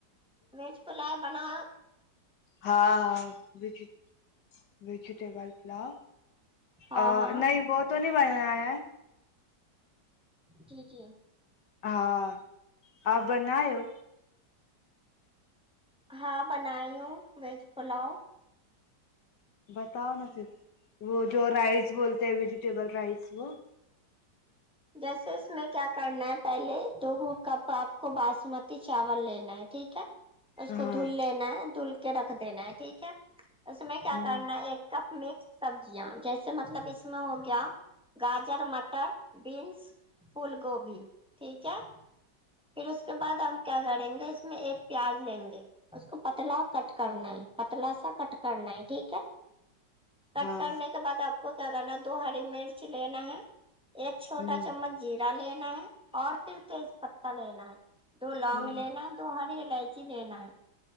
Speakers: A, in the centre; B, on the left.
A: ویج پلائے بنایا
B: ہاں ہاں وجی ویجیٹیبل پلاؤ
A: ہاں
B: آ
A: ہاں
B: نہیں وہ تو نہیں بنایا ہے
A: جی جی
B: ہاں آپ بنائے ہو
A: ہاں بنائی ہو ویج پلاؤ
B: بتاؤ نا پھر وہ جو رائس بولتے ہیں ویجیٹیبل رائس وہ
A: جیسے اس میں کیا کرنا ہے پہلے تو کب آپ کو باسمتی چاول لینا ہے ٹھیک ہے اس
B: ہاں
A: کو دھل لینا ہے دھل رکھ دینا ہے ٹھیک ہے اس میں کیا
B: ہاں
A: کرنا ایک ک مکس سبزیاں جیسے مطلب اس میں ہو گیا گاجر مٹر بینس فل گوبھی ٹھیک ہے پھر اس کے بعد ہم کیا کریں گے اس میں ایک پیاز لیں گے اس کو پتلا کٹ کرنا ہے پتلا سا کٹ کرنا ہے ٹھیک ہے کٹ
B: ہاں
A: کرنے کے بعد آپ آپ کو کیا کرنا ہے دو ہری مرچ لینا ہے ایک چھوٹا
B: ہوں
A: چمچ جیرا لینا ہے اور پھر تیز پتہ لینا ہے دو لونگ
B: ہوں
A: لینا ہے دو ہری الائچی لینا ہے